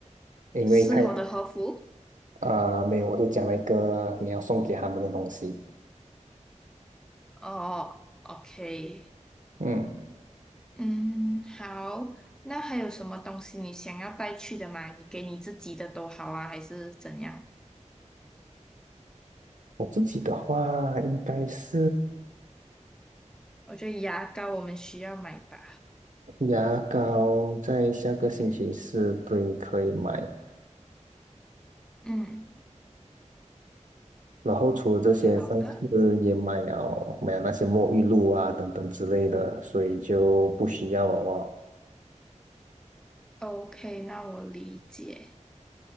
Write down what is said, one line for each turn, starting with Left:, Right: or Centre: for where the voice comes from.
Right: 因为太
Centre: 适合的和服
Right: 呃没有，我是讲了一个你要送给他们的东西。
Centre: 哦，OK。
Right: 嗯，
Centre: 嗯，好，那还有什么东西你想要带去的吗？你给你自己的都好啊，还是怎样？
Right: 我自己的话应该是
Centre: 我觉得牙膏我们需要买吧。
Right: 牙膏，在下个星期四对可以买，
Centre: 嗯，
Right: 然后除了这些，
Centre: 好的
Right: 上次也买了买了那些沐浴露啊等等之类的，所以就不需要了哦。
Centre: ，OK，那我理解。